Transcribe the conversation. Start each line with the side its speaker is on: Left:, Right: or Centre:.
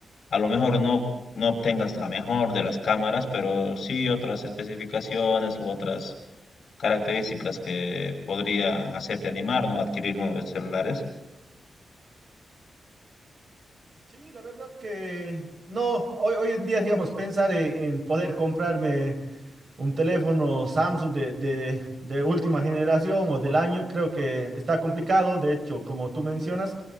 Left: A lo mejor no, no obtengas la mejor de las cámaras, pero sí otras especificaciones u otras características que podrían hacerte animar, ¿no? Adquirir uno de estos celulares.
Right: Sí, la verdad que no, hoy, hoy en día, digamos, pensar en, en poder comprarme un teléfono Samsung de, de, de última generación o del año, creo que está complicado. De hecho, como tú mencionas,